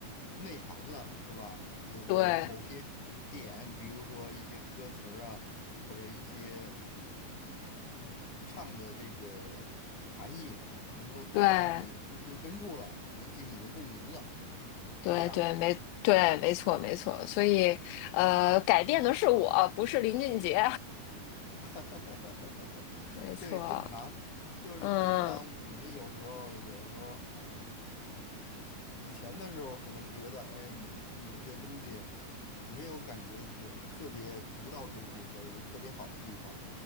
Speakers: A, on the left (about 55°); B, on the left (about 80°).
A: 内涵了，是吧？有有某些点，
B: 对
A: 比如说一些歌词儿啊，或者一些。唱的这个含义能够打动你的内心深处了，
B: 对。
A: 引起你的共鸣了，是这样吧？
B: 对对，没对，没错没错，所以呃，改变的是我，不是林俊杰，
A: <laughs>
B: <laughs> 没错，
A: 对，正常，就是经常我们有时候有时候呃
B: 嗯
A: 以前的时候可能觉得，哎，某些东西没有感觉有特别独到之处或者是特别好的地方，